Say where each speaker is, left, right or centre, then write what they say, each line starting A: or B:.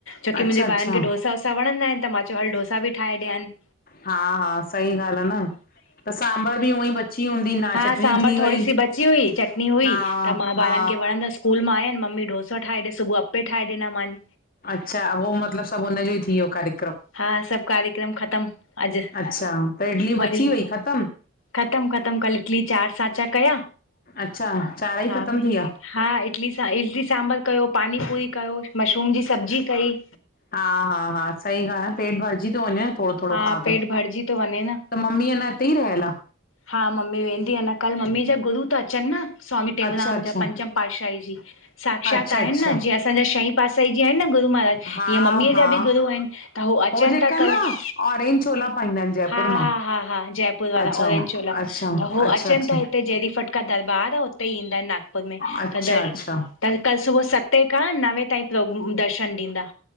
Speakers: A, on the left; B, on the left.
A: छोकी
B: अच्छा
A: मुंहिंजे
B: अच्छा
A: ॿारनि खे डोसा-वोसा वणंदा आहिनि, त मां चयो हलु डोसा बि ठाहे ॾियांनि।
B: हा-हा, सही ॻाल्हि आ न, त सांबर बि हुवईं बची हूंदी न,
A: हा
B: चटणी
A: सांभर
B: थी
A: थोरी
B: वई।
A: सी बची हुई, चटनी हुई,
B: हा
A: त मां
B: हा
A: ॿारनि खे वणंदसि। स्कूल मां आया इन, मम्मी डोसा ठाहे ॾे, सुबुह अप्पे ठाहे ॾिना मान।
B: अच्छा, हो मतलब सभु हुनजो ई थी वियो खाली
A: हा, सभु कार्यक्रम ख़तम अॼु।
B: अच्छा त इडली बची
A: वरी
B: वई ख़तमु
A: ख़तम, ख़तम। कल्ह इटली चार सांचा कया।
B: अच्छा, चाऱ ई
A: हा
B: ख़तम थी विया?
A: हा, इटली सां--इटली सांबर कयो, पानी पूरी कयो, मशरूम जी सब्जी कई।
B: हा-हा-हा। सही ॻाल्हि आ, पेट भरिजी तो वञे थोड़ो थोड़ो
A: हा
B: खा
A: पेट
B: त,
A: भरिजी थो वञे न
B: त मम्मी अञा हिते ई रहियल आ?
A: हा मम्मी वेंदी अञा, कल्ह मम्मी जा गुरू ता अचनि न। स्वामी टेऊराम
B: अच्छा अच्छा
A: जा पंचम पाठशाही जी। साक्षात
B: अच्छा
A: आहिनि
B: अच्छा
A: न, जीअं असांजा शईपात साईं जी आहिनि न गुरू महाराज,
B: हा
A: हीअं मम्मी अ
B: हा
A: जा बि गुरु आहिनि। त हू अचऩ
B: हो जेका
A: ता कल्ह।
B: न ऑरेंज छोला पाईंदा आहिनि जयपुर
A: हा-हा-हा-हा
B: मां
A: जय पूरवारा,
B: अच्छा
A: ओंंरेंज चोला,
B: अच्छा
A: त हो
B: अच्छा
A: अचेन
B: अच्छा
A: ता हितेे जेण़ी पट का दरबार आ हुते ईंदा आहिनि नागपुर में,
B: अच्छा
A: त दर
B: अच्छा
A: त कल्ह सुबुह सतें खां नवें ताईं प्रोग--दर्शन ॾींदा।